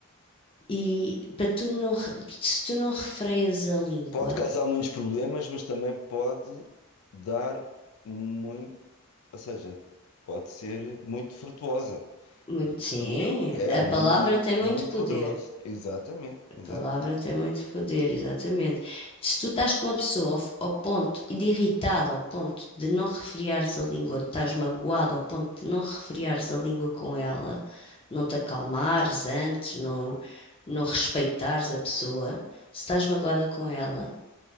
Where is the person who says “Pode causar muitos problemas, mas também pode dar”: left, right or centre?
Left